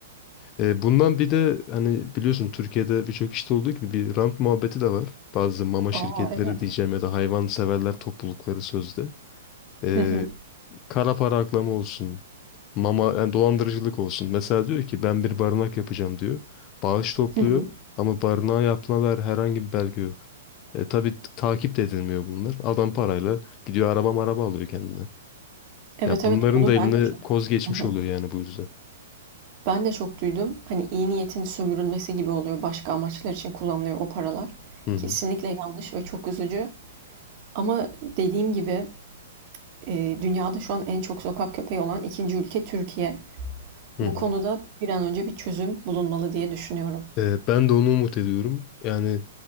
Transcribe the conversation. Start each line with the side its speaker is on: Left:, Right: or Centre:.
Left: E, bundan bir de hani biliyorsun Türkiye'de birçok işte olduğu gibi bir rant muhabbeti de var. Bazı mama şirketleri
Right: Aa evet.
Left: diyeceğim ya da hayvan severler toplulukları sözde. E,
Right: Hı hı,
Left: kara para aklama olsun. Mama yani dolandırıcılık olsun. Mesela diyor ki ben bir barınak yapacağım diyor. Bağış topluyor
Right: hı hı.
Left: ama barınağa yaptığına dair herhangi bir belge yok. E, tabii takip de edilmiyor bunlar. Adam parayla gidiyor araba maraba alıyor kendine.
Right: Evet
Left: Ya bunların
Right: evet bunu
Left: da eline
Right: ben de çok
Left: koz geçmiş
Right: hı hı.
Left: oluyor yani bu yüzden.
Right: ben de çok duydum. Hani iyi niyetin sömürülmesi gibi oluyor. Başka amaçlar için kullanılıyor o paralar.
Left: Hı hı,
Right: Kesinlikle yanlış ve çok üzücü. Ama dediğim gibi e, dünyada şu an en çok sokak köpeği olan ikinci ülke Türkiye.
Left: hı
Right: Bu
Left: hı.
Right: konuda bir an önce bir çözüm bulunmalı diye düşünüyorum.
Left: Ee, ben de onu umut ediyorum. Yani